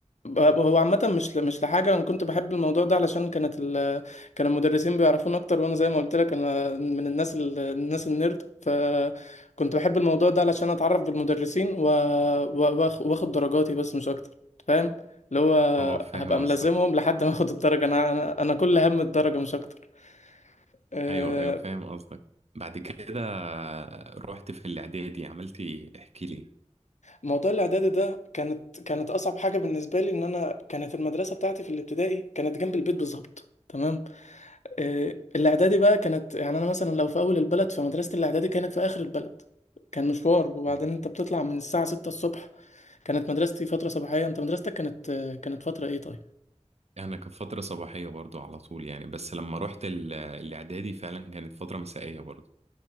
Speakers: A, on the left; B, on the right.
A: هو عامة مش ل- مش لحاجة أنا كنت بحب الموضوع ده علشان كانت ال... كان المدرسين بيعرفون أكتر وأنا زي ما قلت لك أنا من الناس ال... الناس النيرد فكنت بحب الموضوع ده علشان أتعرف بالمدرسين و... و... وآخ- وآخد درجاتي بس مش أكتر فاهم اللي هو
B: هو فاهم
A: هبقى ملازمهم
B: قصدك
A: لحد ما آخد الدرجة أنا أنا, أنا كل هم الدرجة مش أكتر آه،
B: ايوه ايوه فاهم قصدك بعد كده رحت في الاعدادي عملت ايه احكي لي
A: موضوع الإعدادي ده كانت كانت أصعب حاجة بالنسبة لي إن أنا كانت المدرسة بتاعتي في الابتدائي كانت جنب البيت بالظبط تمام آه، الاعدادي بقى كانت يعني انا مثلا لو في اول البلد فمدرسه الاعدادي كانت في اخر البلد كان مشوار وبعدين
B: مم.
A: انت بتطلع من الساعه 6 الصبح كانت مدرستي فتره صباحيه انت مدرستك كانت آه، كانت فتره ايه طيب
B: انا كانت فتره صباحيه برضو على طول يعني بس لما رحت ال- الاعدادي فعلا كانت فتره مسائيه برضو